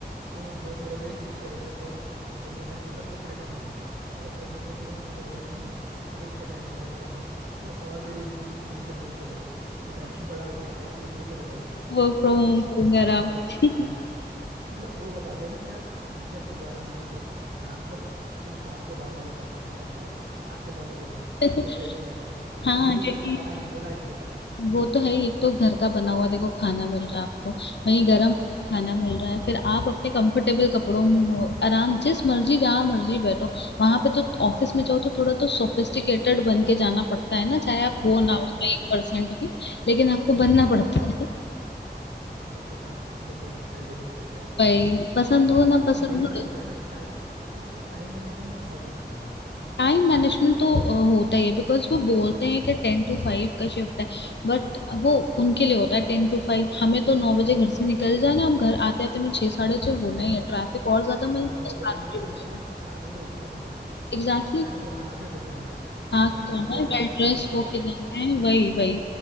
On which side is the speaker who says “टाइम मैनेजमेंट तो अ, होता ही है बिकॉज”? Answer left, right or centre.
Left